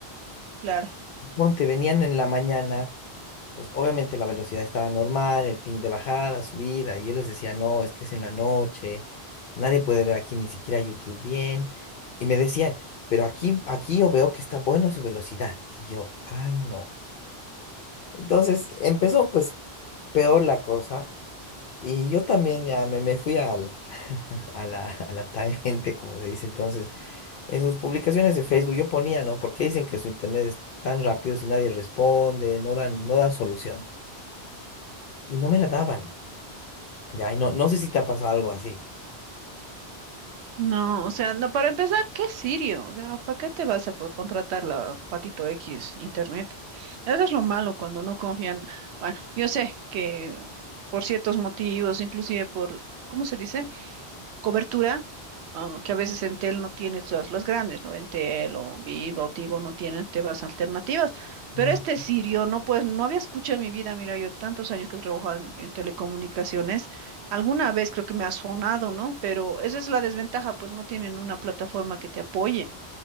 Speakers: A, on the right; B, on the left.
A: claro.
B: Ponte, venían en la mañana. Entonces, obviamente la velocidad estaba normal, el ping de bajada, subida, y yo les decía, no, es que es en la noche, nadie puede ver aquí ni siquiera YouTube bien. Y me decían, pero aquí, aquí yo veo que está bueno su velocidad. Y yo, ay, no. Entonces empezó pues peor la cosa. Y yo también ya me, me fui al, <laughs> a la, a la tangente, como se dice entonces. En sus publicaciones de Facebook yo ponía, ¿no? ¿Por qué dicen que su internet es tan rápido si nadie responde, no dan, no dan solución? Y no me la daban. Ya, y no, no sé si te ha pasado algo así.
A: No, o sea, no, para empezar, ¿qué sirio? O sea, ¿para qué te vas a po- contratar la Patito X Internet? Eso es lo malo cuando no confían. Bueno, yo sé que por ciertos motivos, inclusive por, ¿cómo se dice? cobertura, ah, que a veces en Entel no tiene todas las grandes, ¿no? Entel o Viva o Tigo no tienen temas alternativas, pero
B: Mm,
A: este Sirio no, pues no había escuchado en mi vida, mira, yo tantos años que he trabajado en, en telecomunicaciones, alguna vez creo que me ha sonado, ¿no? Pero esa es la desventaja, pues no tienen una plataforma que te apoye.